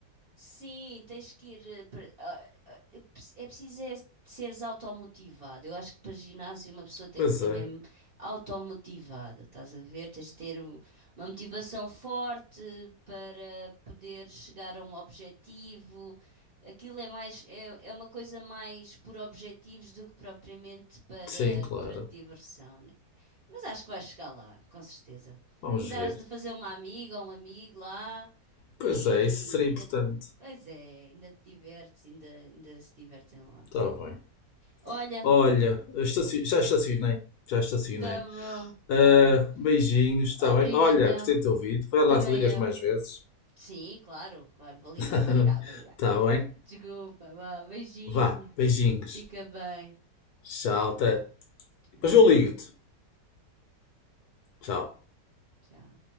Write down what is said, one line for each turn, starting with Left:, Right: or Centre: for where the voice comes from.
Right: Sim, tens que ir. eh, pre- ah, ah, eu preci- É preciso é seres automotivado. Eu acho que para ginásio uma pessoa tem
Left: Pois
Right: que ser
Left: é.
Right: mesmo automotivada, estás a ver? Tens de ter um- uma motivação forte para poder chegar a um objetivo. Aquilo é mais, é, é uma coisa mais por objetivos do que propriamente para,
Left: Sim, claro.
Right: para diversão, mas acho que vais chegar lá, com certeza.
Left: Vamos
Right: Ainda
Left: ver.
Right: has de fazer uma amiga ou um amigo lá e
Left: Pois é, isso seria
Right: ainda,
Left: importante.
Right: pois é, ainda te divertes, ainda, ainda se divertem lá.
Left: Está bem.
Right: Olha,
Left: Olha, eu estaci- já estacionei. Já estacionei.
Right: tá bom,
Left: Ah,
Right: tá bom.
Left: beijinhos, está
Right: Obrigadão.
Left: bem? Olha, gostei de te ouvir. Vai lá
Right: Também
Left: se ligas
Right: eu.
Left: mais vezes.
Right: Sim, claro, claro, vou ligar,
Left: <laughs>
Right: vou ligar, vou ligar.
Left: Está bem?
Right: Desculpa, vá, beijinho.
Left: Vá, beijinhos.
Right: Fica bem.
Left: Tchau, até.
Right: Tchau,
Left: Depois eu ligo-te. Tchau.
Right: tchau.